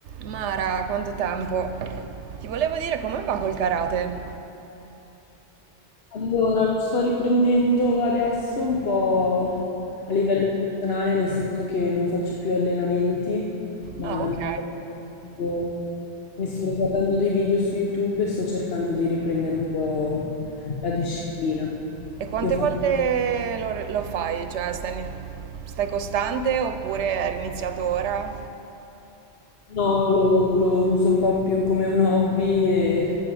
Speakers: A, on the right; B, on the left.
A: Mara, quanto tempo. Ti volevo dire come va col karate.
B: Allora, lo sto riprendendo adesso un po' a livello personale, nel senso che non faccio più allenamenti, ma
A: Ah, ok.
B: mi sto riguardando, mi sto riguardando dei video su YouTube e sto cercando di riprendere un po' la disciplina.
A: E quante
B: Io faccio...
A: volte lo, lo fai? Cioè, stai, stai costante oppure hai iniziato ora?
B: No, lo, lo uso un po' più come un hobby e